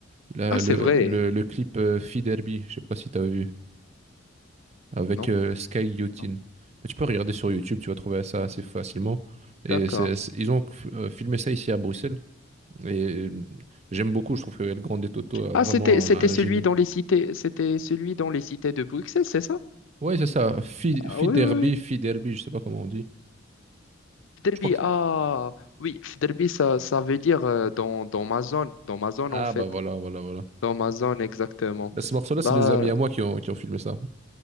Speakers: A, on the right; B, on the left.
A: Il a
B: Ah, c'est
A: le,
B: vrai,
A: le, le clip euh, Fee Derby, je sais pas si tu as vu. avec
B: non?
A: euh, Sky Yotin.
B: Non.
A: Mais tu peux regarder sur YouTube, tu vas trouver ça assez facilement. Et
B: D'accord.
A: c'est- c'est- ils ont euh, filmé ça ici à Bruxelles. Et euh, j'aime beaucoup, je trouve que El Grande Toto a
B: Ah,
A: vraiment
B: c'était, c'était
A: un,
B: celui
A: un génie.
B: dans les cités, c'était celui dans les cités de Bruxelles, c'est ça?
A: Ouais, c'est ça. Fi
B: Ah,
A: Fi
B: oui,
A: Derby,
B: oui, oui.
A: Fi Derby, je sais pas comment on dit.
B: Fderbi,
A: Je crois que.
B: ah, oui, Fderbi, ça, ça veut dire euh, dans, dans ma zone, dans ma zone
A: Ah
B: en fait.
A: bah voilà, voilà, voilà.
B: Dans ma zone, exactement.
A: Là, ce morceau-là, c'est
B: Bah,
A: des amis à moi qui ont, qui ont filmé ça.